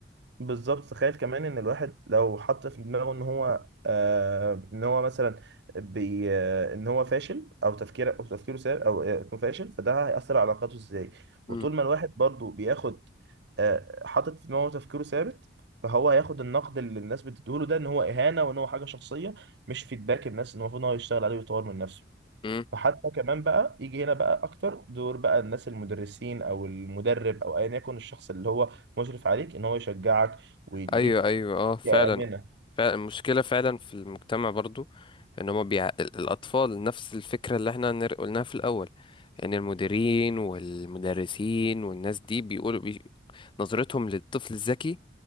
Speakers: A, on the right; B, on the left.
A: بالظبط تخيل كمان ان الواحد لو حط في دماغه ان هو آه ان هو مثلا بي آه ان هو فاشل او تفكير او تفكيره سار او آه، انه فاشل فده هيأثر على علاقاته ازاي
B: مم.
A: وطول ما الواحد برضو بياخد آه حاطط في دماغه تفكيره ثابت فهو هياخد النقد اللي الناس بتديهوله ده ان هو اهانة وان هو حاجة شخصية مش فيدباك الناس ان هو المفروض ان هو يشتغل عليه ويطور من نفسه
B: مم.
A: فحتى كمان بقى يجي هنا بقى اكتر دور بقى الناس المدرسين او المدرب او ايا يكن الشخص اللي هو مشرف عليك ان هو يشجعك ويديك
B: ايوه ايوه اه فعلا
A: يا امنه
B: فعلا المشكلة فعلا في المجتمع برضو ان هما بيع... ال- الاطفال نفس الفكرة اللي احنا نر- قلناها في الاول يعني المديرين والمدرسين والناس دي بيقولوا بي... نظرتهم للطفل الذكي